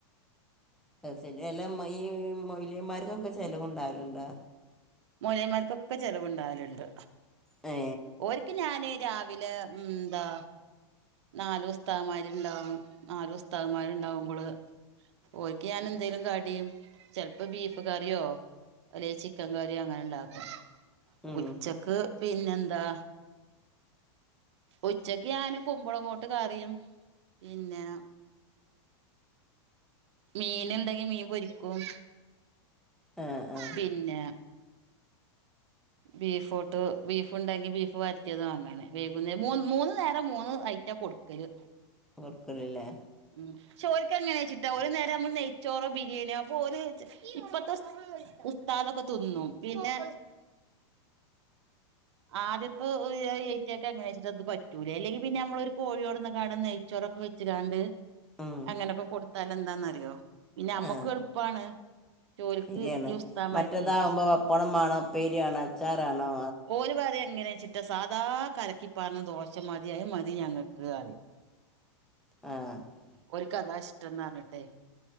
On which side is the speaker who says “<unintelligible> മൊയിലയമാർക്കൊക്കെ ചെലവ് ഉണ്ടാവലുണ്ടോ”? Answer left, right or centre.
Centre